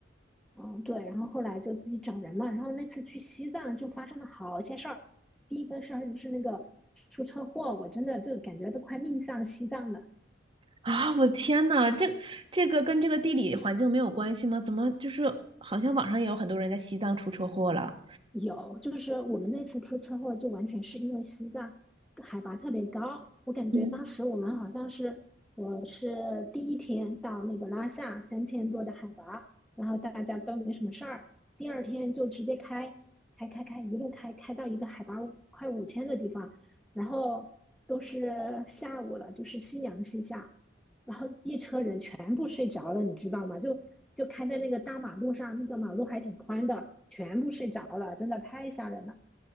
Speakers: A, in the centre; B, on the right.
A: 嗯，对，然后后来就自己找人嘛。然后那次去西藏就发生了好些事儿。第一个事儿就是那个出车祸，我真的就感觉都快命丧西藏了。
B: 啊，我的天呐，这这个跟这个地理环境没有关系吗？怎么就是好像网上也有很多人在西藏出车祸了？
A: 有，就是我们那次出车祸，就完全是因为西藏海拔特别高。我感觉当时我们好像是，
B: 嗯，
A: 我是第一天到那个拉萨三千多的海拔，然后大家都没什么事儿。第二天就直接开，开开开，一路开开到一个海拔快五千的地方，然后都是下午了，就是夕阳西下，然后一车人全部睡着了，你知道吗？就就开在那个大马路上，那个马路还挺宽的，全部睡着了，真的太吓人了。